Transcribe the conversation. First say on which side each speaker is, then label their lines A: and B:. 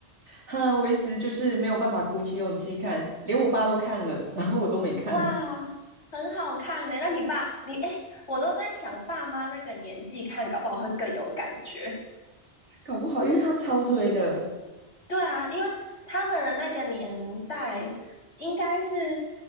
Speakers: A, on the right; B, on the left.
A: 哈，我一直就是没有办法鼓起勇气看，连我爸都看了，然后我都没看，
B: 哇，很好看呢、那你爸，你哎、我都在想，爸妈那个年纪看，搞不好会更有感觉。
A: <laughs> 搞不好因为他超推的，
B: 对啊，因为他们的那个年代应该是